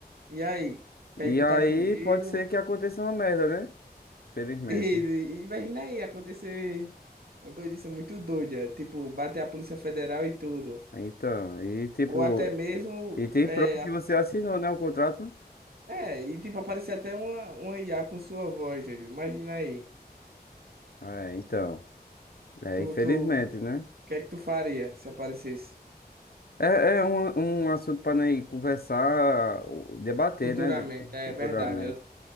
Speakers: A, on the right; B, on the left.
A: E aí, que
B: E
A: aí tu
B: aí
A: tá com medo?
B: pode ser
A: <laughs>
B: que aconteça uma merda, né? Felizmente.
A: E, e- imagina aí acontecer uma doidice muito doida, tipo, bater a Polícia Federal e tudo.
B: Então, e tipo,
A: Ou até mesmo,
B: E tem
A: é,
B: prova que
A: a-
B: você assinou, né, o contrato?
A: é e tipo, aparecer até uma, uma IA com sua voz, doido. Imagina aí.
B: É, então. É,
A: Tu,
B: infelizmente,
A: tu, o
B: né?
A: que é que tu faria se aparecesse?
B: É, é um, um assunto para nós conversar, o- debater,
A: Futuramente,
B: né, de-
A: é
B: futuramente.
A: verdade. Eu...